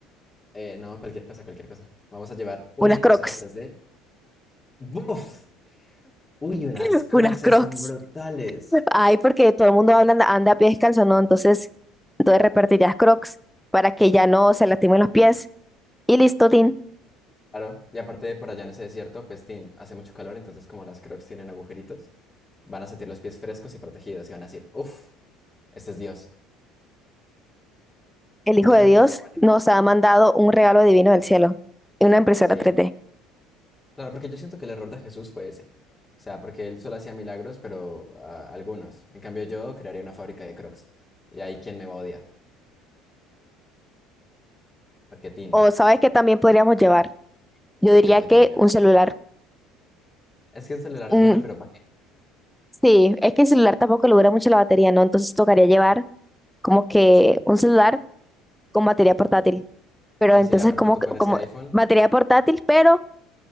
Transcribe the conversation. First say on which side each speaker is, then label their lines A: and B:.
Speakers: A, on the left; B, in the centre.
A: Eh, no, cualquier cosa, cualquier cosa. Vamos a llevar una
B: Unas
A: impresora
B: crocs,
A: 3D. ¡Buf! Uy, unas
B: <laughs>
A: Crocs
B: unas crocs.
A: están brutales.
B: Ay, porque todo el mundo habla- anda, a pie descalzo, ¿no? Entonces, entonces repartirías crocs para que ya no se lastimen los pies. Y listo, Tin.
A: Claro, y aparte de por allá en ese desierto, Pestín, hace mucho calor, entonces como las Crocs tienen agujeritos, van a sentir los pies frescos y protegidos y van a decir, ¡Uf! Este es Dios.
B: El Hijo
A: Yo
B: de
A: creo
B: Dios
A: que es una buena idea.
B: nos ha mandado un regalo divino del cielo, una impresora
A: Sí,
B: tres d
A: claro, porque yo siento que el error de Jesús fue ese. O sea, porque él solo hacía milagros, pero ah, algunos. En cambio, yo crearía una fábrica de Crocs. Y ahí, ¿quién me va a odiar? Porque Tin,
B: O sabes que también podríamos llevar, yo diría
A: ¿qué podríamos
B: que
A: llevar?
B: un celular.
A: Es que el celular
B: Mm,
A: es buena, pero para
B: sí, es que el celular tampoco le dura mucho la batería, ¿no? Entonces tocaría llevar como que
A: Sí,
B: un celular con batería portátil. Pero
A: no,
B: entonces
A: sí, aparte
B: como,
A: tú
B: que-
A: con ese
B: como
A: iPhone,
B: batería portátil, pero